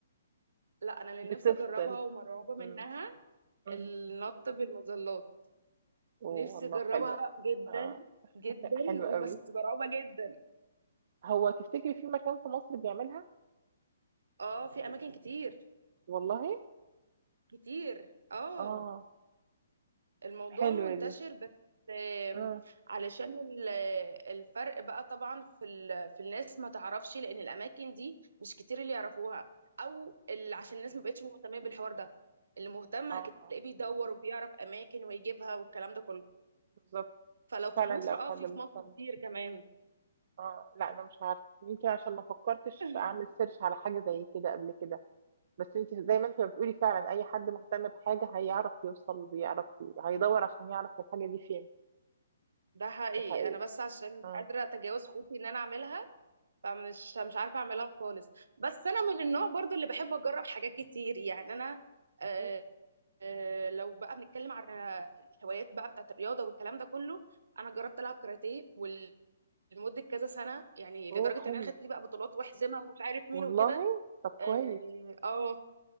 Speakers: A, on the right; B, on the right.
A: لا انا اللي
B: بتفصل
A: نفسي اجربها ومرعوبه منها
B: امم امم
A: النط بالمظلات
B: اوه
A: نفسي
B: والله
A: اجربها
B: حلوه
A: جدا
B: اه <laughs>
A: جدا
B: حلوه
A: وبس
B: قوي
A: مرعوبه جدا
B: هو تفتكري في مكان في مصر بيعملها
A: اه في اماكن كتير
B: والله
A: كتير اه
B: اه
A: الموضوع
B: حلوه
A: منتشر
B: دي
A: بس آم،
B: امم
A: علشان ال- الفرق بقى طبعا في ال... في الناس ما تعرفش لان الاماكن دي مش كتير اللي يعرفوها او اللي عشان الناس ما بقتش مهتمه بالحوار ده اللي مهتم
B: اه
A: هتلاقيه بيدور وبيعرف اماكن ويجيبها والكلام ده كله
B: بالظبط
A: فلو في
B: فعلا
A: مصر
B: لو
A: اه
B: حد
A: في
B: مهتم
A: في مصر كتير كمان
B: اه لا انا مش عارفه يمكن عشان ما فكرتش
A: <laughs>
B: اعمل سيرش على حاجه زي كده قبل كده بس انت زي ما انت بتقولي فعلا اي حد مهتم بحاجه هيعرف يوصل ويعرف ي- هيدور عشان يعرف الحاجه دي فين
A: ده حقيقي
B: ده حقيقي
A: انا بس عشان مش
B: اه
A: قادره اتجاوز خوفي ان انا اعملها فمش مش عارفه اعملها خالص بس انا من النوع برضو اللي بحب اجرب حاجات كتير يعني انا آه
B: مم.
A: آه لو بقى بنتكلم عن الهوايات بقى بتاعت الرياضه والكلام ده كله انا جربت العب كاراتيه وال- لمده كذا سنه يعني
B: اوه
A: لدرجه
B: حلو
A: ان انا خدت فيه بقى بطولات واحزمها ومش عارف مين
B: والله
A: وكده
B: طب كويس
A: اه آه،